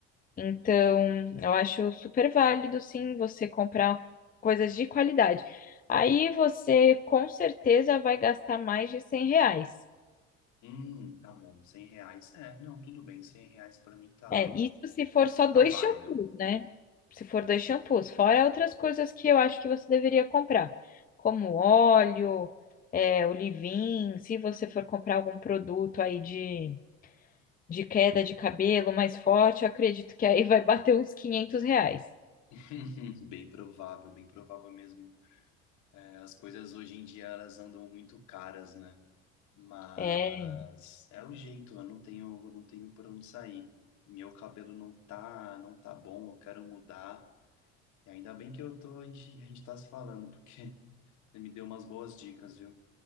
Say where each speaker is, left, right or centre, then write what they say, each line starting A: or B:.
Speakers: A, on the left (about 25°); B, on the left (about 65°).
A: Então, eu acho super válido, sim, você comprar coisas de qualidade. Aí você com certeza vai gastar mais de 100 reais.
B: Hum, tá bom, 100 reais. É, não, tudo bem, 100 reais pra mim tá,
A: É, isso se for só dois
B: tá válido.
A: shampoos, né? Se for dois shampoos, fora outras coisas que eu acho que você deveria comprar, como óleo, é, o leave-in, se você for comprar algum produto aí de, de queda de cabelo mais forte, eu acredito que aí vai bater uns 500 reais.
B: <laughs> Bem provável, bem provável mesmo. É, as coisas hoje em dia elas andam muito caras, né? Mas
A: É,
B: é o jeito, eu não tenho, eu não tenho por onde sair. Meu cabelo não tá, não tá bom, eu quero mudar. E ainda bem que eu tô, a gente, a gente tá se falando, porque <laughs> você me deu umas boas dicas, viu?